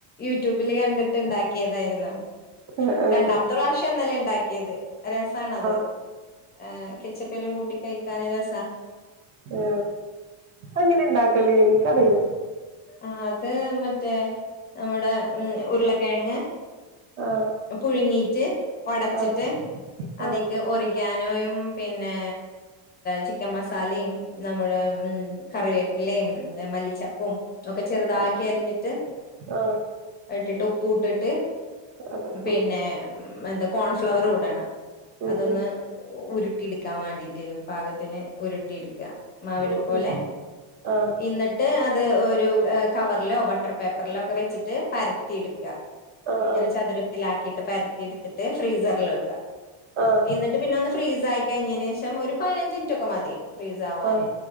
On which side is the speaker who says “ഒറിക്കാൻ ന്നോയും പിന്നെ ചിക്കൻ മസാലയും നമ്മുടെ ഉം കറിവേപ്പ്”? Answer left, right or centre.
Left